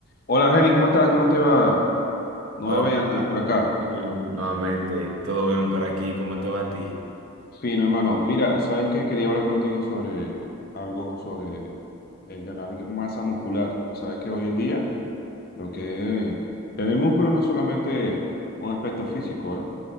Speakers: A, on the left; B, on the right.
A: Hola, Argeni, ¿cómo estás? ¿Cómo te va? Nuevamente
B: Hola,
A: por acá.
B: Antonio, nuevamente, ¿todo bien por aquí? ¿Cómo te va a ti?
A: Fino, hermano. Mira, sabes que quería hablar contigo sobre algo, sobre el ganar masa muscular. Sabes que hoy en día lo que es tener músculo no es solamente un aspecto físico, ¿verdad?